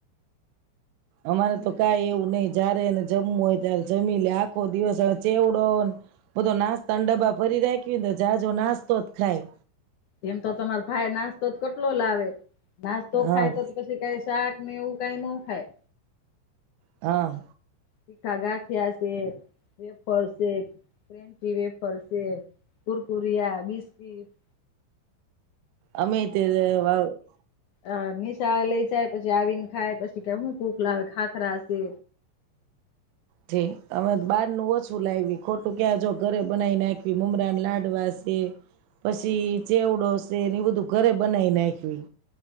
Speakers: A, on the right; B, on the left.
A: અમારે તો કાઈ એવું નહીં. જારે ને જમવુ હોય ત્યારે જમી લે, આખો દિવસ આ ચેવડોન બધો નાસ્તાન ડબ્બા ભરી રાખ ખીન જાજો નાસ્તો જ ખાય.
B: એમતો તમાર ભાઈ નાસ્તો તો કેટલો લાવે નાસ્તો
A: હા
B: ખાય તો તો પછી કાઈ શાક ને એવું કાઈ નો ખાય.
A: હા.
B: તીખા ગાંઠિયા સે, વેફર સે, ક્રેન્ચી વેફર સે, કુરકુરિયા, બિસ્કિટ
A: અમેય તે <unintelligible>
B: અહ નિશાળે લઈ જાય, પછી આવીન ખાય, પછી કે હું ભૂખ લાગે. ખાખરા સે.
A: ઠીક. અમે બહાર નું ઓછું લાયવી, ખોટું ક્યાં, જો ઘરે બનાવી નાયખી મમરાને લાડવા સે પછી
B: હા
A: ચેવડો સ સે ને એ બધું ઘરે બનાઈ નાયખવી.